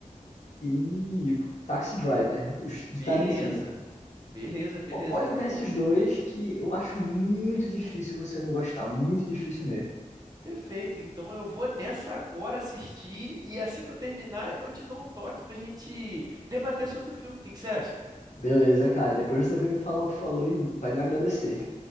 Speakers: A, on the left; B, on the right.
A: e Taxi Driver, os de
B: Beleza.
A: Tarantino.
B: Beleza, beleza.
A: Pô, Pode
B: Então,
A: ver esses dois que eu acho muito difícil você não gostar, muito difícil mesmo.
B: perfeito. Então eu vou nessa agora assistir e assim que eu terminar, eu te dou um toque pra gente debater sobre o filme. O que que você acha?
A: Beleza, cara, depois você vem me falar o que falou e vai me agradecer.